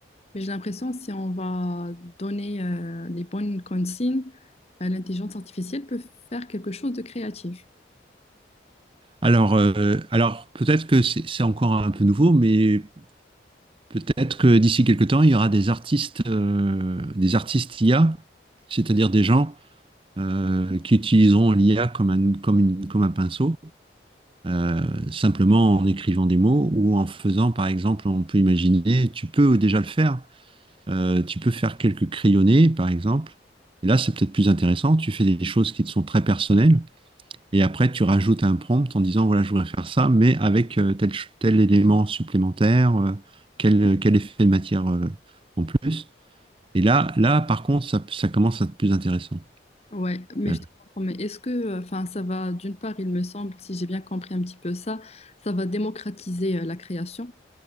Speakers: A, on the left; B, on the right.
A: Mais j'ai l'impression, si on va donner euh, les bonnes consignes, euh, l'intelligence artificielle peut faire quelque chose de créatif.
B: Alors, euh, alors peut-être que c'est c'est encore un peu nouveau, mais peut-être que d'ici quelques temps, il y aura des artistes, euh, des artistes IA, c'est-à-dire des gens euh, qui utiliseront l'IA comme un, comme une- comme un pinceau, euh, simplement en écrivant des mots ou en faisant, par exemple, on peut imaginer, tu peux déjà le faire, Euh, tu peux faire quelques crayonnés, par exemple. Et là, c'est peut-être plus intéressant. Tu fais des choses qui te sont très personnelles. Et après, tu rajoutes un prompt en disant, voilà, je voudrais faire ça, mais avec euh, tel, ch- tel élément supplémentaire, euh, quel, quel effet de matière euh, en plus. Et là, là, par contre, ça, ça commence à être plus intéressant.
A: Ouais, mais
B: Euh,
A: je te comprends. Mais est-ce que, euh, enfin, ça va, d'une part, il me semble, si j'ai bien compris un petit peu ça, ça va démocratiser euh, la création